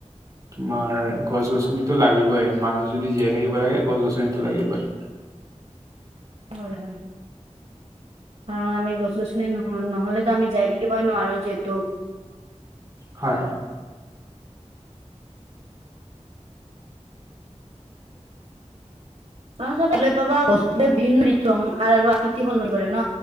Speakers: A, on the right; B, on the right.
A: তোমাৰ গছ গছনিতো লাগিবই মানুহ যদি জীয়াই থাকিব লাগে গছ গছনিতটো লাগিবই। <unintelligible>
B: হয় হয়। কাৰণ আমি গছ গছনি ন নহলেতো আমি যাই থাকিবই নোৱাৰো যিহেতু।
A: হয়।
B: অ চাবলে পাবা বস্তুএ ভিন্ন ঋতু ৰং কাৰ আৰু আৃতি সলন কৰে ন